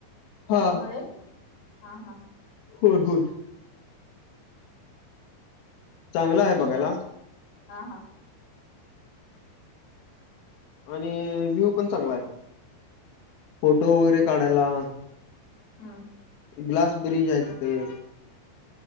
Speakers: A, on the left (about 45°); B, on the left (about 85°).
A: त्यांच्यामुळे
B: हा
A: हां हां.
B: हो हो चांगला आहे बघायला
A: निस्पोर्ट हां हां.
B: आणि व्ह्यूं पणं चांगला आहे फोटो वगैरें काढांयला.
A: हां
B: ग्लांस ब्रिज आहे तिथं एक.